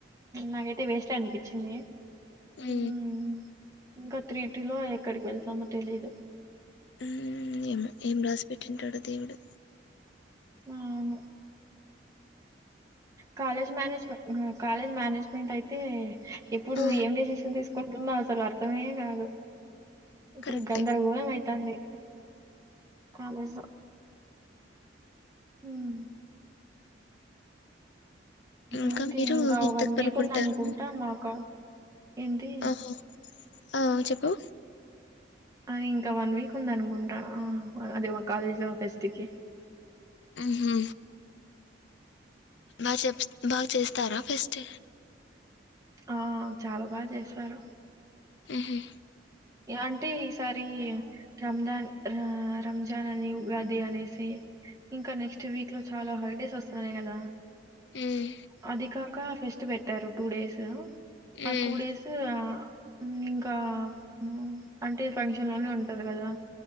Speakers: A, on the right; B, on the left.
A: నాకైతే వేస్టే అనిపించింది
B: హ్మ
A: ఉమ్ ఇంకా త్రిటీ లో ఎక్కడికి వెళ్తామో తెలీదు
B: హ్మ ఏమో ఏం రాసి పెట్టింటాడో దేవుడు
A: అవును కాలేజ్ మేనేజ్మె హ్మ కాలేజ్ మేనేజ్మెంట్ అయితే ఎప్పుడు
B: ఆ
A: ఏం డెసిషన్ తీసుకు కుంటున్నాం అసలు అర్థమే కాదు ఇప్పుడు
B: కరెక్టే
A: గందరగోళం అయితాంది కాలేజీలో హ్మ
B: ఇంకా
A: ఏంటి
B: మీరు
A: ఇంకా
B: ఎంతకు
A: వన్
B: పనుకుంటారు
A: వీక్ ఉంది అనుకుంటా మాకా ఏంటి
B: ఆహొ ఆ చెప్పు
A: ఆ ఇంకా వన్ వీక్ ఉంది అనుకుంటా అదే మా కాలేజ్ లో ఫెస్ట్కి
B: హ్మ హ్మ బాగా చెప్ బాగా చేస్త తరా ఫెస్ట్
A: ఆ చాలా బాగా చేస్తారు
B: ఉహు
A: అంటే ఈసారి రంజాన్ ఆ రంజాన్ అని ఉగాది అనేసి ఇంకా నెక్స్ట్ వీక్ లో చాలా హాలిడేస్ వస్తున్నాయి కదా
B: ఉ
A: అది కాక ఫెస్ట్ పెట్టారు టూ డేస్
B: ఉమ్
A: ఆ టూ డేస్ హ్మ్ ఆ ఊ అంటే ఫంక్షన్ లోనే ఉంటారు కదా